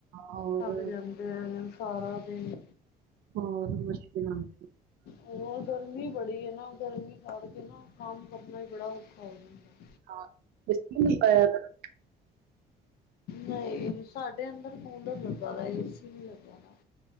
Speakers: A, on the right (about 70°); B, on the left (about 70°).
A: ਹੋਰ
B: ਥਗ ਜਾਂਦੇ ਆ ਸਾਰਾ ਦਿਨ
A: ਹੋਰ ਮ <inaudible>
B: ਉਹ ਗਰਮੀ ਬੜੀ ਐ ਨਾਂ, ਗਰਮੀ ਕਰਕੇ ਨਾਂ ਕੰਮ ਕਰਨਾ ਈ ਬੜਾ ਔਖਾ ਹੋ ਜਾਂਦਾ।
A: ਹਾਂ <inaudible>
B: ਨਈਂ, ਸਾਡੇ ਅੰਦਰ ਕੂਲਰ ਲੱਗਾ ਦਾ, ਏਸੀ ਨੀਂ ਲੱਗਾ ਦਾ।